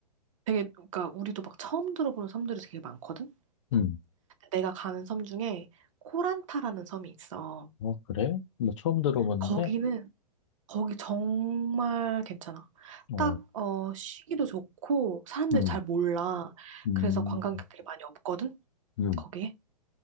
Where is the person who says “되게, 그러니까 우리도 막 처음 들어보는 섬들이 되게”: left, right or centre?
Right